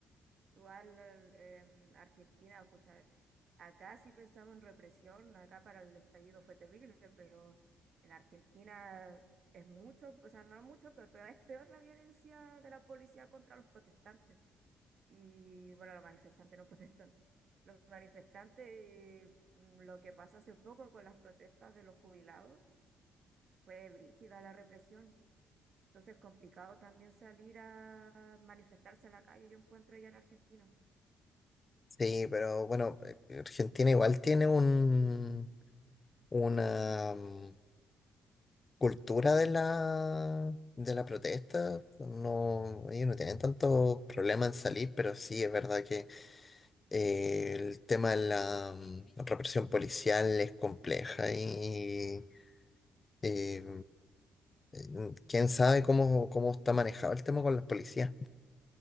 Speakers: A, on the right; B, on the left.
A: Igual em, Argentina, pucha, acá sí pensamos en represión, acá para el estallido fue terrible, pero en Argentina es mucho, o sea, no mucho, pero, pero es peor la violencia de la policía contra los protestantes y, bueno, los manifestantes, no <laughs> protestantes. Los manifestantes, eh, mm, lo que pasó hace poco con las protestas de los jubilados, fue brígida la represión. Entonces, complicado también salir a manifestarse a la calle, yo encuentro ya en Argentina.
B: Sí, pero bueno, eh, Argentina igual tiene un, una mm, cultura de la, de la protesta. No, ellos no tienen tanto problema en salir, pero sí es verdad que eh, el tema de la mm, represión policial es compleja y Eh, eh, quién sabe cómo, cómo está manejado el tema con las policías.